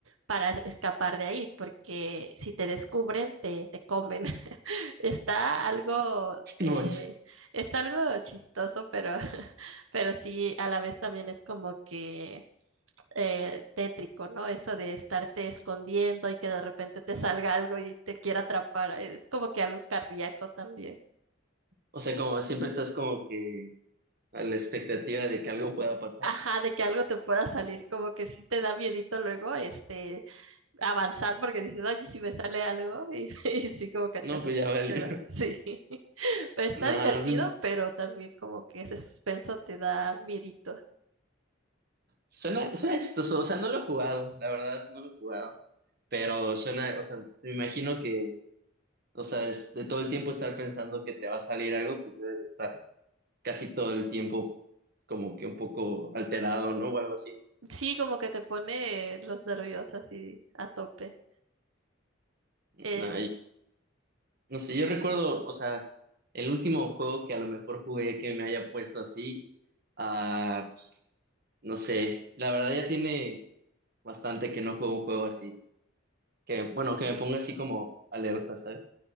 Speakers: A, on the right (about 85°); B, on the right (about 50°).
A: para escapar de ahí, porque si te descubren, te, te comen. <laughs> Está algo,
B: <laughs>
A: eh,
B: No manches.
A: está algo chistoso, pero, <laughs> pero sí, a la vez también es como que eh, tétrico, ¿no? Eso de estarte escondiendo y que de repente te salga algo y te quiera atrapar, es como que algo cardíaco también.
B: O sea, como siempre estás como que a la expectativa de que algo pueda pasar.
A: Ajá, de que algo te pueda salir, como que sí te da miedito luego, este, avanzar porque dices, ay, ¿y si me sale algo, y, <laughs> y sí, como que te,
B: No, pues ya valió.
A: te
B: <laughs>
A: da, sí, <laughs> pero está
B: No,
A: divertido,
B: pues
A: pero también como que ese suspenso te da miedito.
B: suena, suena chistoso. O sea, no lo he jugado, la verdad, no lo he jugado. Pero suena, o sea, me imagino que, o sea, es- de todo el tiempo estar pensando que te va a salir algo, pues debes de estar casi todo el tiempo como que un poco alterado, ¿no? O algo así.
A: Sí, como que te pone los nervios así a tope. Eh,
B: No, No sé, yo recuerdo, o sea, el último juego que a lo mejor jugué que me haya puesto así, ah, pues, no sé, la verdad ya tiene bastante que no juego un juego así, que bueno, que me ponga así como alerta, ¿sabes?